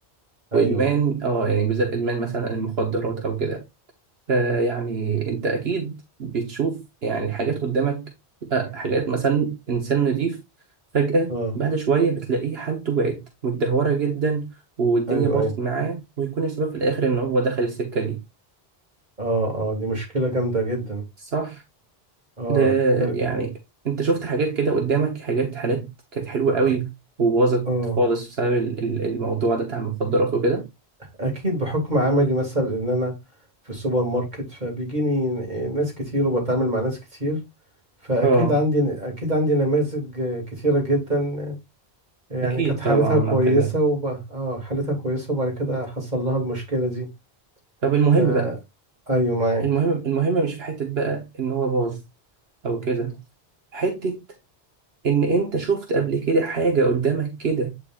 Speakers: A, on the right; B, on the right.
A: وادمان
B: ايوه
A: اه يعني بالذات ادمان مثلا المخدرات او كده فيعني انت اكيد بتشوف يعني حاجات قدامك آه، حاجات مثلا انسان نضيف فجاه
B: اه
A: بعد شويه بتلاقيه حالته بقت متدهوره جدا والدنيا
B: ايوه
A: باظت
B: ايوه
A: معاه ويكون السبب في الاخر ان هو دخل السكه دي
B: اه اه دي مشكله جامده جدا
A: صح
B: اه
A: ده
B: لا
A: يعني انت شفت حاجات كده قدامك حاجات حالات كانت حلوة قوي
B: أك...
A: وباظت
B: اه
A: خالص بسبب ال- ال- الموضوع ده بتاع المخدرات وكده
B: اكيد بحكم عملي مثلا ان انا في السوبر ماركت فبيجيني ناس كتير وبتعامل مع ناس كتير فاكيد
A: اه
B: عندي اكيد عندي نماذج آه، كتيره جدا آه،
A: اكيد
B: يعني كانت
A: طبعا
B: حالتها كويسه
A: لو كده
B: وب... اه حالتها كويسه وبعد كده حصل لها المشكله دي
A: طب المهم
B: ف
A: بقى
B: ايوه معاك
A: المهم المهم مش في حتة بقى ان هو باظ او كده حتة ان انت شفت قبل كده حاجة قدامك كده